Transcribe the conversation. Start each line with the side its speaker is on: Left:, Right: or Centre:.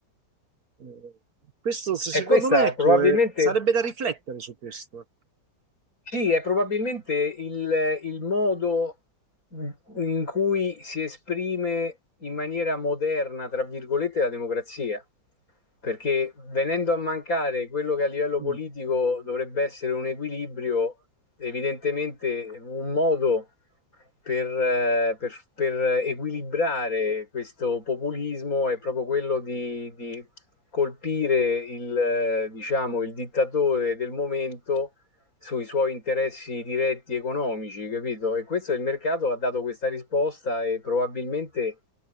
Right: eh, Questo, se-
Left: e
Right: secondo
Left: questa
Right: me, ecco,
Left: probabilmente
Right: eh, sarebbe da riflettere su questo.
Left: Sì, è probabilmente il, il modo in cui si esprime in maniera moderna, tra virgolette, la democrazia. Perché venendo a mancare quello che a livello politico
Right: Mm.
Left: dovrebbe essere un equilibrio, evidentemente un modo per, eh, per- per equilibrare questo populismo è proprio quello di, di colpire il, eh, diciamo, il dittatore del momento sui suoi interessi diretti economici, capito? E questo il mercato ha dato questa risposta e probabilmente